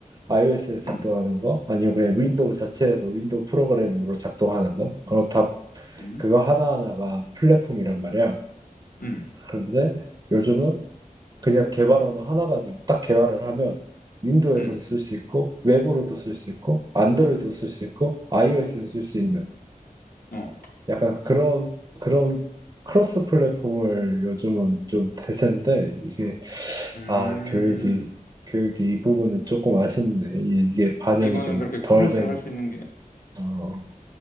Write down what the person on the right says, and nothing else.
iOS에서 작동하는
거, 아니면 그냥 윈도우 자체에서 윈도우 프로그램으로 작동하는 거, 그거 다
그거 하나하나가 플랫폼이란 말이야.
그런데 요즘은 그냥 개발 언어 하나 가지고 딱 개발을 하면 윈도우에서도
쓸 수 있고 웹으로도 쓸 수 있고 안드로이드도 쓸 수 있고 iOS도 쓸 수 있는
약간 그런 그런 크로스 플랫폼을 요즘은 좀 대세인데 이게
아 교육이 교육이 이 부분은 조금 아쉽네 이게 반영이
좀
덜 된
어,